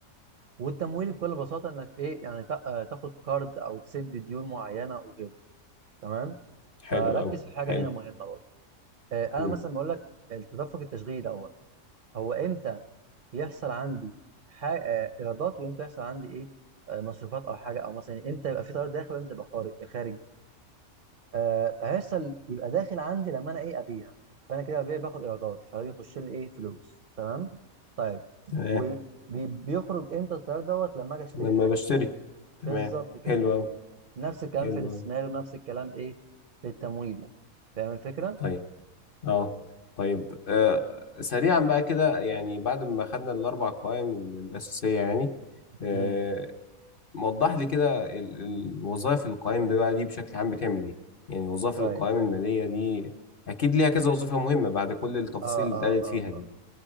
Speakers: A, on the right; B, on the left.
A: والتمويلي بكل بساطه انك ايه يعني تا- آه، تاخد كارد او تسد ديون معينه وكده تمام فركز
B: حلو قوي
A: في حاجه
B: حلو
A: هنا مهمه برضه آه، انا
B: امم
A: مثلا بقول لك التدفق التشغيلي دوت هو امتى يحصل عندي ح- آه، ايرادات وامتى يحصل عندي ايه آه، مصروفات او حاجه او مثلا امتى يبقى في تيار داخل وامتى يبقى خارج خارج آه هيحصل يبقى داخل عندي لما انا ايه ابيع فانا كده ببيع باخد ايرادات فبيخش لي ايه فلوس تمام طيب
B: تمام
A: وبيخرج امتى التيار دوت لما اجي اشتري
B: لما
A: حاجه
B: بشتري تمام
A: بالظبط كده
B: حلو قوي
A: نفس الكلام
B: حلو
A: في الاستثمار
B: قوي
A: ونفس الكلام ايه في التمويل فاهم الفكره
B: طيب اه طيب آه سريعا بقى كده يعني بعد ما خدنا الاربع قوائم ال- الاساسيه يعني آه
A: امم
B: وضح لي كده ال- ال- وظائف القوائم ده بقى دي بشكل عام بتعمل ايه يعني وظائف
A: طيب
B: القوائم الماليه دي اكيد ليها كذا وظيفه مهمه بعد كل التفاصيل
A: اه
B: اللي
A: اه
B: اتقالت
A: اه
B: فيها دي
A: اه